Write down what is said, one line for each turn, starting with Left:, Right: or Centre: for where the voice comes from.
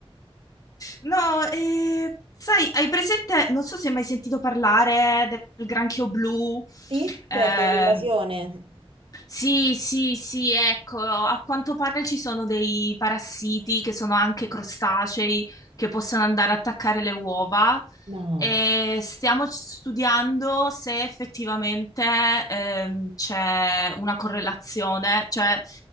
Left: No, eh, sai, hai presente, non so se hai mai sentito parlare del granchio blu,
Right: Sì,
Left: ehm,
Right: certo, l'invasione.
Left: Sì, sì, sì, ecco, a quanto pare ci sono dei parassiti che sono anche crostacei che possono andare a attaccare le uova
Right: No.
Left: e stiamo studiando se effettivamente ehm, c'è una correlazione, cioè